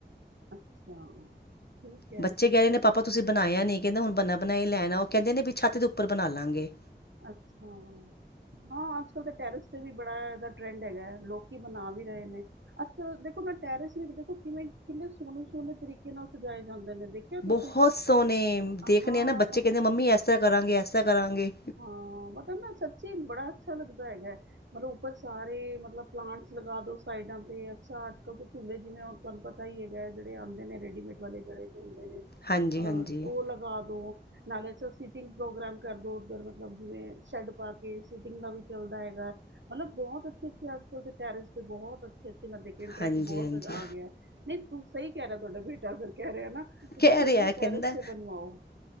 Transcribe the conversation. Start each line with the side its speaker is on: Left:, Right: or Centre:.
Right: ਅੱਛਾ, ਠੀਕ ਹੈ
Left: ਬੱਚੇ ਕਹਿ ਰਹੇ ਨੇ ਪਾਪਾ ਤੁਸੀਂ ਬਣਾਇਆ ਨੀ ਕਹਿੰਦਾ ਹੁਣ ਬਣਾ ਬਣਾਈ ਲੈਣਾ ਉਹ ਕਹਿੰਦੇ ਨੇ ਵੀ ਛੱਤ ਦੇ ਉੱਪਰ ਬਣਾ ਲਾਂਗੇ।
Right: ਅੱਛਾ, ਹਾਂ, ਅੱਜ ਕੱਲ੍ਹ ਤਾਂ ਟੈਰਿਸ ਤੇ ਵੀ ਬੜਾ ਇਹਦਾ ਟਰੈਂਡ ਹੈਗਾ ਲੋਕੀ ਬਣਾ ਵੀ ਰਹੇ ਨੇ ਅੱਜ ਕੱਲ ਦੇਖੋ ਪਰ, ਟੈਰਿਸ ਵਿੱਚ ਦੇਖੋ ਕਿਵੇਂ, ਕਿੰਨੇ ਸੋਹਣੇ--ਸੋਹਣੇ ਤਰੀਕੇ ਨਾਲ, ਸਜਾਏ ਜਾਂਦੇ ਨੇ। ਦੇਖਿਆ ਤੁਸੀਂ
Left: ਬਹੁਤ ਸੋਹਣੇ,
Right: ਹਾਂ
Left: ਦੇਖਦੇ ਆ ਨਾ ਬੱਚੇ, ਕਹਿੰਦੇ ਮੰਮੀ, ਐਸਾ ਕਰਾਂਗੇ ਐਸਾ ਕਰਾਂਗੇ।
Right: ਹਾਂ, ਪਤਾ ਨਾ ਸੱਚੀ, ਬੜਾ ਅੱਛਾ, ਲੱਗਦਾ ਹੈ ਹੈਗਾ--ਤਲਬ ਉੱਪਰ ਸਾਰੇ ਮਤਲਬ ਪਲਾਂਟਸ ਲਗਾ ਦੋ ਸਾਈਡਾਂ ਤੇ ਅੱਛਾ ਅੱਜ ਕੱਲ ਤੇ ਝੂਲੇ, ਜਿਵੇਂ ਹੁਣ ਤੁਹਾਨੁੰ ਪਤਾ ਹੀ ਹੈਗਾ, ਜਿਹੜੇ ਆਉਂਦੇ ਨੇ ਰੈਡੀਮੇਡੇ ਵਾਲੇ, ਜਿਹੜੇ ਨੇ
Left: ਹਾਂਜੀ--ਹਾਂਜੀ।
Right: ਅਹ, ਉਹ ਲਗਾ ਦੋ ਨਾਲੇ ਤੁਸੀਂ, ਸਿਟਿੰਗ ਪ੍ਰੋਗਰਾਮ ਕਰ ਦੋ। ਪਰ, ਮਤਲਬ ਜਿਵੇਂ ਸ਼ੈੱਡ ਪਾ ਕੇ ਸੀਟਿੰਗ ਦਾ ਵੀ ਚਲਦਾ ਹੈਗਾ, ਏ ਮਤਲਬ ਬਹੁਤ ਅੱਛੇ ਅੱਛੇ ਅਜਕਲ ਤੇ ਟੈਰੀਸ, ਤੇ ਬਹੁਤ ਸਚੀ ਮੈਂ ਦੇਖਿਆ, ਟਰੈਂਡ
Left: ਹਾਂਜੀ
Right: ਬਹੁਤ
Left: ਹਾਂਜੀ
Right: ਆ ਗਿਆ ਏ, ਨਹੀਂ ਸੋ ਸਹੀ ਕਹਿ ਰਿਹਾ, ਤੁਹਾਡਾ ਬੇਟਾ ਅਗਰ ਕਹਿ ਰਿਹਾ ਨਾ ਤੇ,
Left: ਕਹਿ
Right: ਤੁਸੀਂ
Left: ਰਿਹਾ
Right: ਆਪਣੇ
Left: ਕਹਿੰਦਾ
Right: ਟੈਰਿਸ ਤੇ,, ਬਣਵਾਓ